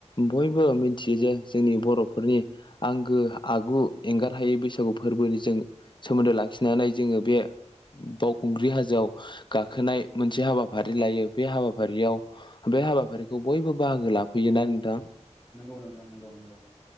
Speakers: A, on the left (about 40°); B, in the centre.
A: बयबो मिथियो जे जोंनि बरफोरनि आं गो आगु एंगार हायै बैसागु फोरबोनि जों सोमोन्दो लाखिनानै जोङो बे बावखुंग्रि हाजोआव गाखोनाय मोनसे हाबाफारि लायो बे हाबाफारियाव बे हाबाफारिखौ बयबो बाहागो लाफैयो नंगौ ना नोंथां
B: नंगौ नोंथां नंगौ नंगौ